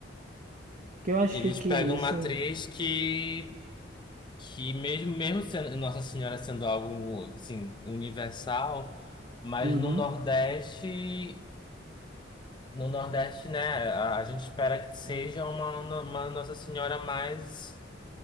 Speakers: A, on the right; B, on the left.
A: Que eu
B: Eles
A: acho que, que
B: pegam
A: isso.
B: uma atriz que, que mesmo, mesmo sendo Nossa Senhora sendo algo assim, universal, mas
A: Uhum.
B: no Nordeste, no Nordeste, né, a, a gente espera que seja uma, uma Nossa Senhora mais